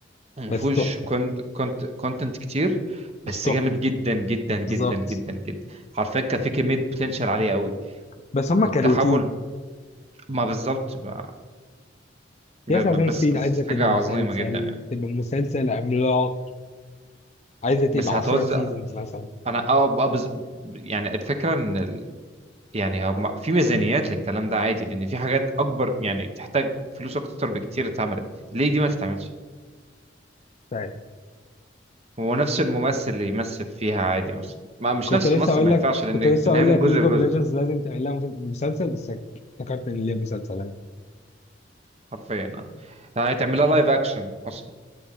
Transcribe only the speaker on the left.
بس
تحفه
بس تحفه
بالظبط
بس هم
كروتون
يس
عشان
ستيد
عايزه تبقى
مسلسل
تبقى مسلسل عملاق عايزه تبقى
10 سيزونز مثلا
طيب.
كنت
لسه
اقول
لك
كنت
لسه اقول
لك
ليج
اوف ليجندز لازم تعمل لها مسلسل بس افتكرت ان ليها مسلسلات